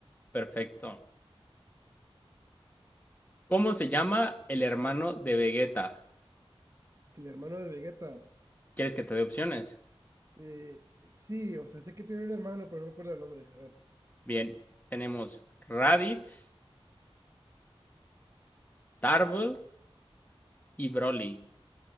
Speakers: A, on the left (about 15°); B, on the right (about 30°).
A: Perfecto. ¿Cómo se llama el hermano de Vegeta?
B: El hermano de Vegeta.
A: ¿Quieres que te dé opciones?
B: Eh, sí, o sea, sé que tiene un hermano, pero no me acuerdo el nombre. A ver,
A: Bien, tenemos Raditz, Tarble y Broly.